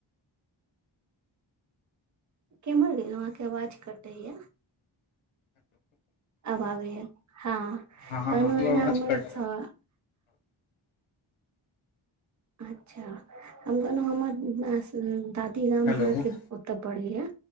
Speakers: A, on the right; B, on the left.
A: केम्हर अइ अहाँके आवाज कटैया। आब आबैयै हँ
B: हँ आवाज
A: कहलौं एना हमर
B: कट
A: स अच्छा हम कहलहुँ हमर नास दादी गाम
B: हेलो
A: अहाँके ओतऽ पड़ैय।